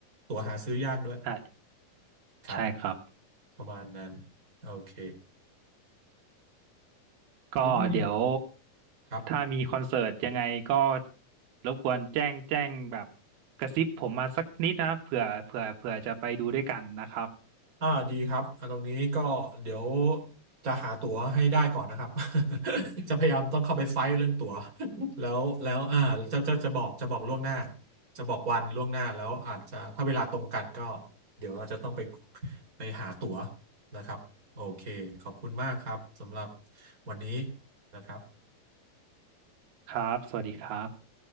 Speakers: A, on the right (about 25°); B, on the right (about 85°).
A: ตั๋วหาซื้อยากด้วย
B: ใช่
A: ครับ
B: ใช่ครับ
A: ประมาณนั้นโอเค
B: ก็เดี๋ยว
A: แล้วมีครับ
B: ถ้ามีคอนเสิร์ตยังไงก็รบกวนแจ้งแจ้งแบบกระซิบผมมาสักนิดนะเผื่อเผื่อเผื่อจะไปดูด้วยกันนะครับ
A: อ่าดีครับอ่าตรงนี้ก็เดี๋ยวจะหาตั๋วให้ได้ก่อนนะครับ <laughs> จะพยายามต้องเข้าไปไฟท์เรื่องตั๋วแล้วแล้วอ่าจะจะจะบอกจะบอกล่วงหน้าจะบอกวันล่วงหน้าแล้วอาจจะถ้าเวลาตรงกันก็เดี๋ยวเราจะต้องไปไปหาตั๋วนะครับโอเคขอบคุณมากครับสำหรับวันนี้นะครับ
B: ครับสวัสดีครับ